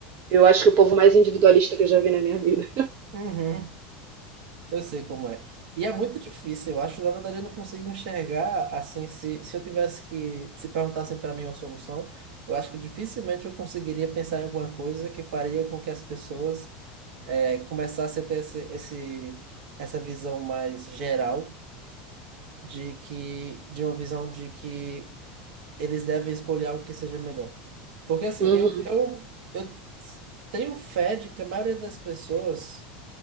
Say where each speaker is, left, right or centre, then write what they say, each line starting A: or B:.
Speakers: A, on the right; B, on the right.
A: Eu acho que o povo mais individualista que eu já vi na minha vida.
B: uhum. Eu sei como é. E é muito difícil, eu acho. Na verdade, eu não consigo enxergar assim. Se, se eu tivesse que. Se perguntassem para mim uma solução, eu acho que dificilmente eu conseguiria pensar em alguma coisa que faria com que as pessoas eh, começassem a ter esse, esse, essa visão mais geral de que. De uma visão de que eles devem escolher algo que seja melhor. Porque assim,
A: Uhum,
B: eu, eu, eu tenho fé de que a maioria das pessoas,